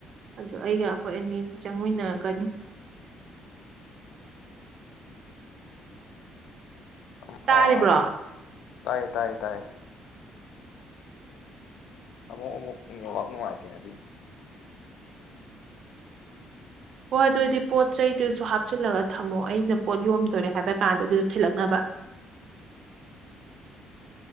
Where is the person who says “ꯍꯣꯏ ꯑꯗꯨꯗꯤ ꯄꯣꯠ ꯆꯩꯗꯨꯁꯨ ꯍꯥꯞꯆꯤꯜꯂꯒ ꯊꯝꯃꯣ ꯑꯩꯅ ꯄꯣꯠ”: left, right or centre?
Right